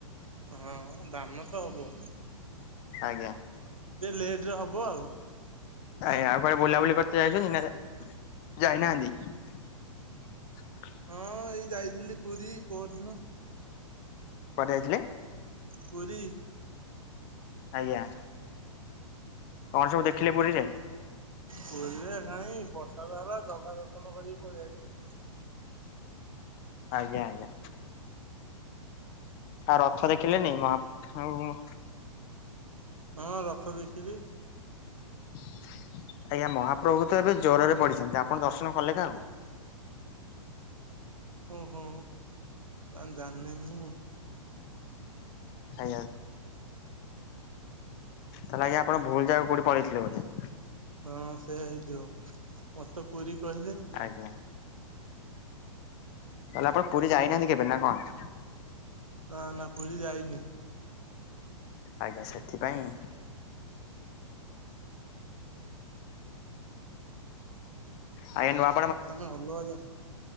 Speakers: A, on the right; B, on the left.
A: ହଁ ଧାନ ତ ହବ।
B: ଆଜ୍ଞା।
A: ଲେଟରେ ହବ ଆଉ।
B: ଆଜ୍ଞା ଆଉ କୁଆଡେ ବୁଲାବୁଲି କରତେ ଯାଇଚନ୍ତି ନା ଯାଇନାହାନ୍ତି? ହ
A: ହଁ ଏଇ ଯାଇଥିଲି ପୁରୀ ପହର ଦିନ।
B: କୁଆଡେ ଯାଇଥିଲେ?
A: ପୁରୀ।
B: ଆଜ୍ଞା। କଣ ସବୁ ଦେଖିଲେ ପୁରୀରେ?
A: ପୁରୀରେ କାଇଁ ବର୍ଷା ତ ହେଲା ଜଗା ଦର୍ଶନ କରିକି ପଳେ ଆଇଲି।
B: ଆଜ୍ଞା ଆଜ୍ଞା। ଆଉ ରଥ ଦେଖିଲେନି ମହା ଉଁ
A: ହଁ ରଥ ଦେଖିଲି।
B: <inaudible> ଆଜ୍ଞା ମହାପ୍ରଭୁ ତ ଏବେ ଜ୍ୱରରେ ପଡିଛନ୍ତି ଆପଣ ଦର୍ଶନ କଲେ କାହାକୁ?
A: ଓହୋ ବା ଜାଣିନି ମୁଁ।
B: ଆଜ୍ଞା। ତାହେଲେ ଆଜ୍ଞା ଆପଣ ଭୁଲ ଯାଗା କୋଉଠି ପଳେଇ ଥିଲେ ବୋଧେ।
A: ହଁ ସେୟା ହେଇଥିବ ମତେ ପୁରୀ କହିଲେ।
B: ଆଜ୍ଞା ତାହେଲେ ଆପଣ ପୁରୀ ଯାଇନାହାନ୍ତି କେବେ ନା କଣ?
A: ନା ନା ପୁରୀ ଯାଇନି।
B: ଆଜ୍ଞା ସେଥିପାଇଁ। ଆ ନୂଆ
A: ତମେ ଅଲଗା ଯା